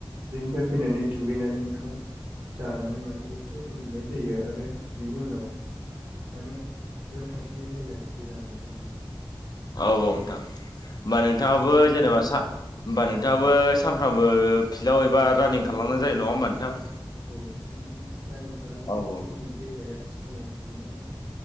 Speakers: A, on the right; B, on the left.
A: फैफिनानै दुगैनानै ओंखाम। जानानै माने एसे उन्दुनाय जायो आरो बिनि उनाव। माने फिल्डआव थांफिननाय जायो आरोखि रानिं खालामनायनिफ्राय।
B: औ औ नोंथां होमबा नोंथाङाबो
A: उनाव
B: जेनेबा सा। होमबा नोंथाङाबो सानफ्रामबो फिल्डआव एबा रानिं खालामनाय जायो नङा होमबा नोंथां?
A: औ नोंथां माने रानिं खालामबा
B: औ औ।
A: माने गावनि देहाया स्ट्रंआव थायो नालाय।